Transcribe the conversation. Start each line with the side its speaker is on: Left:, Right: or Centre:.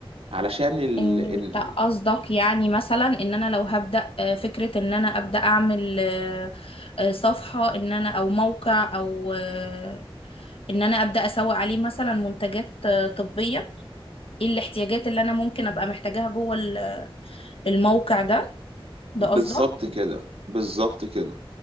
Right: علشان ال...
Left: انت قصدك
Right: إن-
Left: يعني مثلا ان انا لو هبدأ آه، فكرة ان انا ابدأ اعمل آه، آه، صفحة ان انا او موقع او آه، ان انا ابدا اسوق عليه مثلا منتجات آه، طبيه ايه الاحتياجات اللي انا ممكن ابقى محتاجاها جوه ال- الموقع ده ده
Right: بالظبط
Left: قصدك
Right: كده بالظبط كده